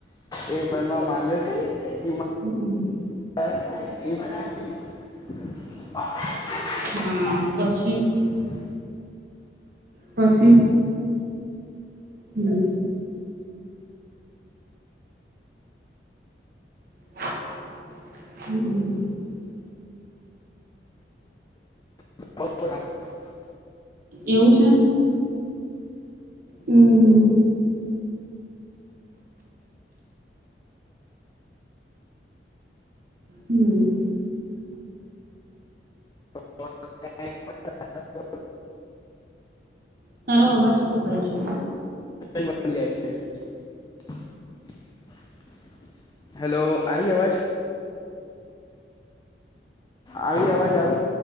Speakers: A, on the left; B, on the right.
A: એ બનવા માંગે છે. <unintelligible>
B: હમ્મ.
A: <unintelligible> <unintelligible>
B: હા પછી પછી હમ હમ
A: <unintelligible>
B: એવું છે હમ હમ હમ
A: <inaudible>
B: તારો અવાજ કપાય છે.
A: <unintelligible> હેલો આઈ અવાજ આવી અવાજ <unintelligible>